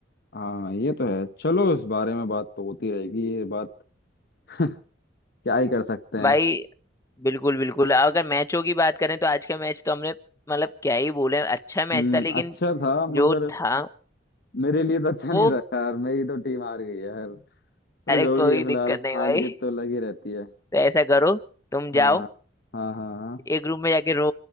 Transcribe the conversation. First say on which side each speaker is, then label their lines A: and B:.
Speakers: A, on the left (about 55°); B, on the left (about 15°).
A: हाँ ये तो है चलो इस बारे में बात तो होती रहेगी ये बात <laughs> क्या ही कर सकते हैं
B: भाई बिल्कुल बिल्कुल अगर मैचों की बात करें तो आज का मैच तो हमने मतलब क्या ही बोले अच्छा मैच
A: हम्म
B: था लेकिन
A: अच्छा था
B: जो
A: मगर
B: था
A: मेरे लिए तो अच्छा नहीं
B: वो
A: था यार मेरी तो टीम हार गई है यार चलो
B: अरे
A: जो
B: कोई
A: भी है फिलहाल
B: दिक्कत नहीं
A: हार
B: भाई
A: जीत तो लगी रहती है
B: तो ऐसा करो तुम
A: हाँ
B: जाओ
A: हाँ हाँ
B: एक रूम में जाके रो